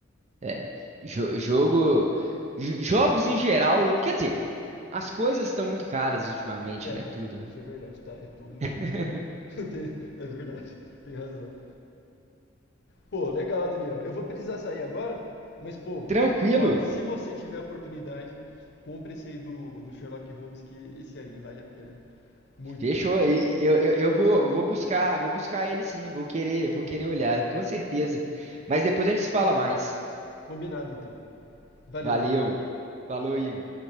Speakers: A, on the right; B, on the left.
A: é. Jo- jogo, jo- jogos em geral, quer dizer, as coisas estão muito caras ultimamente,
B: É,
A: né? Tudo, né?
B: isso é verdade, tá? É tudo mesmo.
A: <laughs>
B: <laughs> Tem- É verdade, tem razão. Pô, legal, Daniel. Eu vou precisar sair agora, mas, pô,
A: Tranquilo,
B: ó, se você tiver a oportunidade, compre esse aí do, do Sherlock Holmes, que esse aí vale a pena. Muito.
A: fechou. E- Eu, eu, eu vou, eu vou buscar, vou buscar ele sim, vou querer, vou querer olhar, com certeza. Mas depois a gente se fala mais.
B: Combinado, então. Valeu,
A: Valeu.
B: Daniel.
A: Falou, Igor.